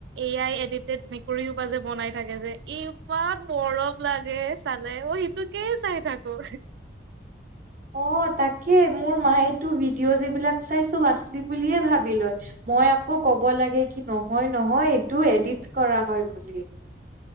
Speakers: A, on the right (about 70°); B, on the right (about 45°).
A: এ আই এদিতেদ নে কৰি শুপা যে বনাই থাকে যে ইমান মৰম লাগে চালে, অ', সিটোকেই চাই থাকো।
B: অ', তাকে মোৰ মায়েতো ভিডিঅ'যি যিবিলাক চাই চব আচলি বুলিয়ে ভাবি লয়। মই আকৌ ক'ব লাগে কি নহয়-নহয় এইটো এডিট কৰা হয় বুলি।